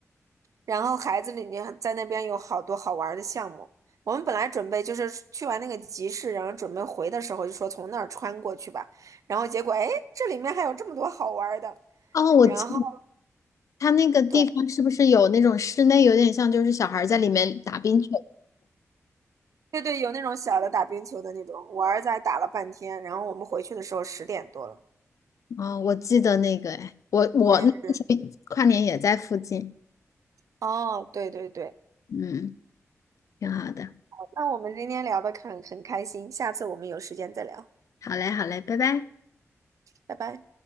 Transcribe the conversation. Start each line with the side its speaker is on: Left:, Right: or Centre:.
Right: 然后孩子里面在那边有好多好玩儿的项目。我们本来准备就是去完那个集市，然后准备回的时候就说从那儿穿过去吧，然后结果哎，诶这里面还有这么多好玩儿的。
Left: 哦，我记
Right: 然后
Left: 它那个地方是不是有那种室内，
Right: 对
Left: 有点像就是小孩儿在里面打冰球？
Right: 对对，有那种小的打冰球的那种，我儿子还打了半天，然后我们回去的时候十点多了。
Left: 哦，我记得那个，哎，我我那个时候跨年也在附近，
Right: 嗯嗯，哦，对对对。
Left: 嗯，挺好的。
Right: 那我们今天聊得很很开心，下次我们有时间再聊，
Left: 好嘞，好嘞，拜拜。
Right: 拜拜。